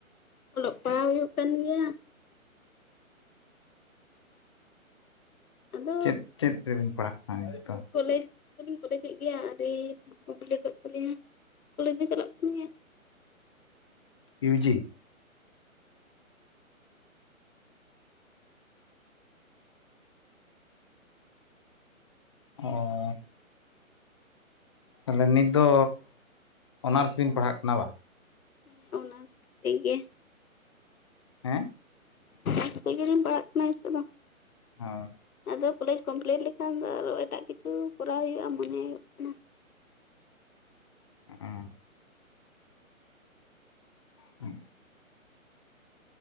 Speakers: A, on the left; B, on the left.
A: ᱚᱞᱚᱜ ᱯᱟᱲᱦᱟᱣ ᱦᱩᱭᱩᱜ ᱠᱟᱱ ᱜᱮᱭᱟ ᱾ ᱟᱫᱚ
B: ᱪᱮᱫ ᱪᱮᱫ ᱨᱮᱵᱤᱱ ᱯᱟᱲᱦᱟᱜ ᱠᱟᱱᱟ ᱱᱤᱛ ᱫᱚ?
A: ᱠᱚᱞᱮᱡᱽ ᱫᱚᱞᱤᱧ ᱠᱚᱞᱮᱡᱮᱫ ᱜᱮᱭᱟ ᱟᱨ ᱠᱚᱢᱯᱴ ᱛᱟᱞᱞᱤᱧᱟ ᱠᱚᱞᱡᱽ <unintelligible> ᱫᱚ ᱪᱟᱞᱟᱜ ᱠᱟᱱ ᱜᱮᱭᱟ <unintelligible>
B: ᱤᱭᱩ ᱡᱤ ᱚᱸᱼᱼᱼ ᱛᱟᱦᱚᱞᱮ ᱱᱤᱛ ᱫᱚ ᱚᱱᱟᱨᱥ ᱵᱮᱱ ᱯᱟᱲᱦᱟᱜ ᱠᱟᱱᱟ ᱵᱟ?
A: ᱦᱮᱸ ᱚᱱᱟᱨᱥ ᱛᱮᱜᱮ ᱾
B: ᱦᱮᱸ ᱻ᱾
A: ᱡᱥᱛᱮ <unintelligible> ᱜᱮᱤᱨᱤᱧ ᱯᱟᱲᱟᱜ ᱠᱟᱱᱟ ᱛ ᱫᱚ
B: ᱚ
A: ᱟᱫᱚ <unintelligible> ᱠᱚᱞᱮᱡᱽ ᱠᱚᱢᱯᱞᱤᱴ ᱞᱮᱠᱷᱟᱱ ᱫᱚ ᱟᱨᱚ ᱮᱴᱟᱜ ᱠᱤᱪᱷᱩ ᱠᱚᱨᱟᱣ ᱦᱩᱭᱩᱜᱼᱟ ᱢᱚᱱᱮ ᱦᱩᱭᱩᱜ ᱠᱟᱱᱟ ᱾
B: ᱟᱨ <unintelligible> ᱦᱮᱸ <unintelligible>